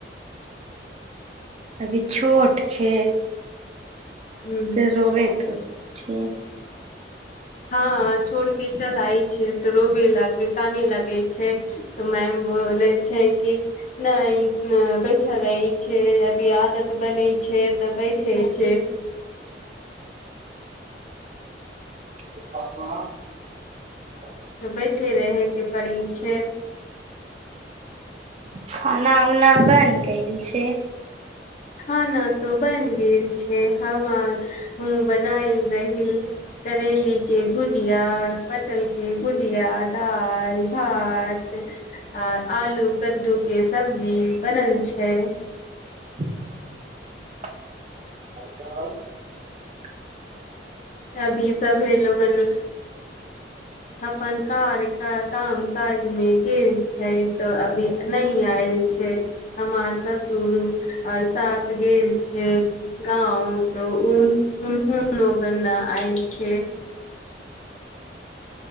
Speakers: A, on the right (about 40°); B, on the left (about 45°).
A: अभी छोट छैय
B: ह
A: से रोबेतऽ <unintelligible>
B: हँ छोड़ के चल आइ छे तऽ रोबे लागे काने लागे छैय त मैम बोले छैय कि नाई न बैठल रहे छैय अभी आदत बन छैय छैय तऽ बैठे छैय।
A: <inaudible>
B: तऽ बैठे रहे के परड़ी छैय।
A: खाना उना बन गेइल छैय?
B: खाना तो बन गेल छैय हम आर ह बनायल रहील करेली के भुजिया पटल के भुजिया दाल भात आ आलू कद्दू के सब्जी बनल छैय। छैय
A: <inaudible> <unintelligible>
B: अभी सभे लोगन अपन कार क काम काज मे गेल छैय तो अभी नहि आयल छैय हमार ससुर आर सास गेल छैय गाँव। तऽ उनउनहुन लोगन् आयल छैय।
A: <inaudible>